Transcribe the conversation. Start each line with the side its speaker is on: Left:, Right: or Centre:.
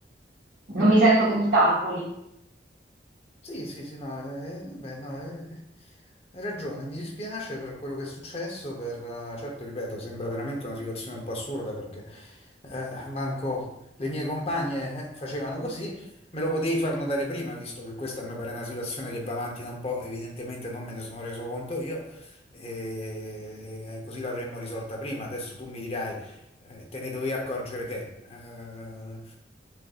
Right: non mi sento che mi calcoli.
Left: Sì, sì, sì, no, eh, vabbè, no, eh, hai ragione, mi dispiace per quello che è successo, per, eh, certo, ripeto, sembra veramente una situazione un po' assurda perché eh, manco le mie compagne eh, facevano così, me lo potevi far notare prima, visto che questa mi pare una situazione che va avanti da un po', evidentemente non me ne sono reso conto io, e così l'avremmo risolta prima, adesso tu mi dirai, eh, te ne dovevi accorgere te. Eh,